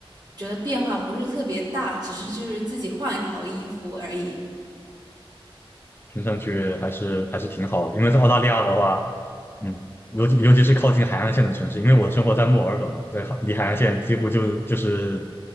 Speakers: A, on the right (about 45°); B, on the left (about 25°).
A: 觉得变化不是特别大，只是就是自己换一条衣服而已。
B: 听上去还是还是挺好的，因为在澳大利亚的话，嗯，尤其尤其是靠近海岸线的城市，因为我生活在墨尔本嘛，在海离海岸线几乎就就是